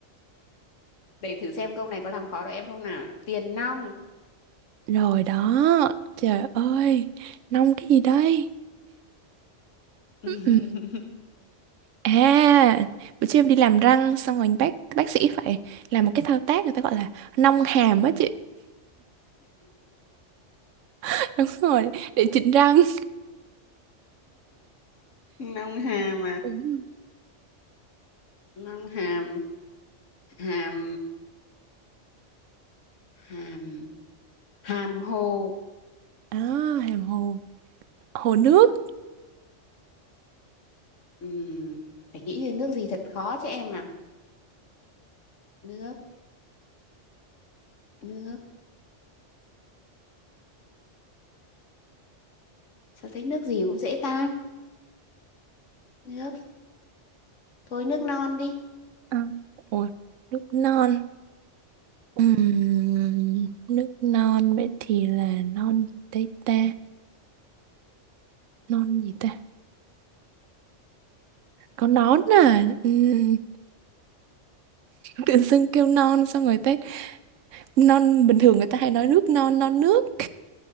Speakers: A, on the left; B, on the right.
A: để thử xem câu này có làm khó được em không nào tiền nong
B: Rồi đó Trời ơi Nong cái gì đây
A: <laughs>
B: Ừm, À Bữa trước em đi làm răng Xong rồi bác bác sĩ phải làm một cái thao tác Người ta gọi là nong hàm á chị <laughs> Đúng rồi Để chỉnh răng
A: nong hàm à
B: Đúng.
A: nong hàm hàm hàm hàm hồ
B: À, hàm hồ Hồ nước
A: Ừm, phải nghĩ về nước gì thật khó cho em à nước nước sao thấy nước gì cũng dễ tan nước thôi nước non đi
B: à, Ủa nước non Ừm, nước non vậy thì là non tây ta non gì ta có nón à Ừm, tự dưng kêu non xong người ta non bình thường người ta hay nói nước non non nước